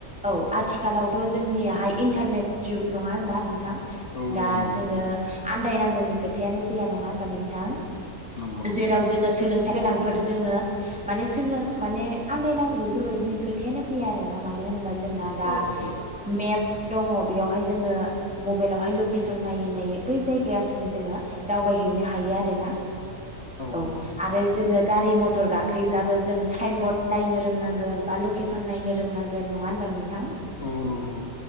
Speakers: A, in the centre; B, on the left.
A: औ आथिखालावथ' जोंनियाहाय इन्टारनेट जुग नङा होनबा नोंथां?
B: औ
A: दा
B: औ नंगौ
A: जोङो आन्दायनांगौनि खोथायानो फैया नङा होनबा नोंथां
B: नंगौ नंगौ
A: जेराव जोङो सोलोंथाइ गोनां फोर जोङो माने सोलों माने आन्दायनांगौ बेफोरबायदिनि खोथायानो फैया आरोना मानो होनोबा जोंना दा
B: औ औ औ
A: मेप दङ बेयावहाय जोङो मबाइलावहाय लकेसन नायै नायै बै जायगासिम जोङो दावबायहैनो हायो आरोना
B: नंगौ
A: औ
B: नोंथां
A: आरो जोङो गारि मथर गाखोयोब्लाबो जों साइनबर्ड नायनो रोंनांगोन बा लकेसन नायनो रोंनांगोन होगोन नङा होनोमबा नोंथां
B: बावनांगौ नंथां